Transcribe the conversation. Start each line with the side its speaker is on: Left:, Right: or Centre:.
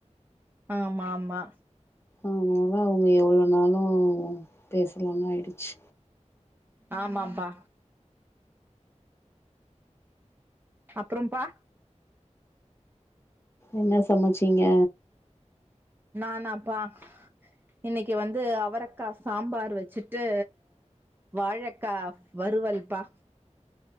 Right: ஆமா ஆமா
Left: அதனால அவுங்க எவ்ளோநாலு பேசலானு ஆயிடுச்சு
Right: ஆமாம்பா அப்றம்பா
Left: என்ன சமச்சீங்க
Right: நானாப்பா இன்னெக்கி வந்து அவரக்கா சாம்பார் வச்சுட்டு வாழக்கா வருவல்பா